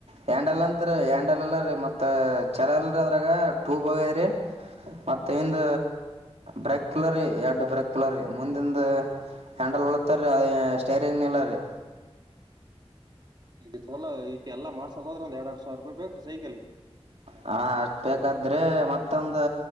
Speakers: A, on the right; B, on the right.
A: ಆ್ಯಂಡಲ್ ಅಂತರಿ ಆ್ಯಂಡಲ್ ಎಲ್ಲ ರೀ ಮತ್ತ ಚರ ಎಲ್ರ ಅದ್ರಾಗ ಟೂಬ್ ಹೋಗ್ಯದ ರಿ ಮತ್ತ ಇಂದ ಬ್ರಕ್ಲರಿ ಎರಡು ಬ್ರಕ್ಲರಿ ಮುಂದಿಂದ, ಹ್ಯಾಂಡಲ್ ಉಳತ್ತಾರೀ ಅದೇ ಸ್ಟೇರಿಂಗ್ ನಿಲ್ಲ ರೀ.
B: ಈಗ ಸೋಲಾ ಈಗ ಎಲ್ಲ ಮಾಡ್ಸ ಹೋದ್ರೆಂದ ಎರಡ್ ಸಾವರ ರೂಪಾಯಿ ಬೇಕು ಸೈಕಲ್ಗಿ.
A: ಹಾ ಅಷ್ಟ ಬೇಕಾದ್ರೆ ಮತ್ತೊಂದು